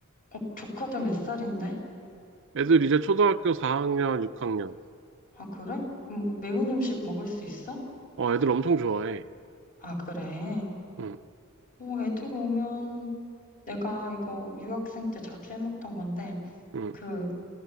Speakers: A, on the left (about 40°); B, on the right (about 60°).
A: 어, 조카들 몇 살인데?
B: 애들 이제 초등학교 4학년, 6학년.
A: 아, 그래? 음, 뭐 매운 음식 먹을 수 있어?
B: 어, 애들 엄청 좋아해.
A: 아, 그래.
B: 응,
A: 어, 애들 오면 내가 이거 유학생 때 자주 해먹던 건데,
B: 응.
A: 그,